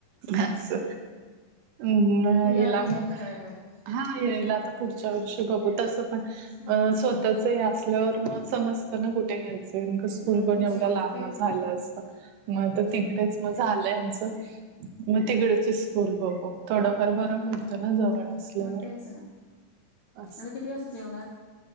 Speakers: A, on the right; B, on the left.
A: जास्त. म
B: तुला
A: हिला
B: आता चेंज
A: म
B: करायला लागेल.
A: हा यायला आता पुढच्या वर्षी बघू तसं पण.
B: हम्म
A: अ स्वतःचं हे असल्यावर मग समज कुठे घ्यायचंय न स्कूल
B: मग
A: पण
B: कुठे
A: एवढं
B: घ्यायचं
A: लांब
B: तेच
A: म झालं
B: ना
A: असतं म आता तिकडेच म झालंय आमचं. मग तिकडचे स्कूल बघू. थोडंफार
B: हम्म
A: बरं
B: हम्म
A: पडतं ना जवळ असल्यावर.
B: मग तेच ना
A: असं
B: आता किती वाजता जेवणार?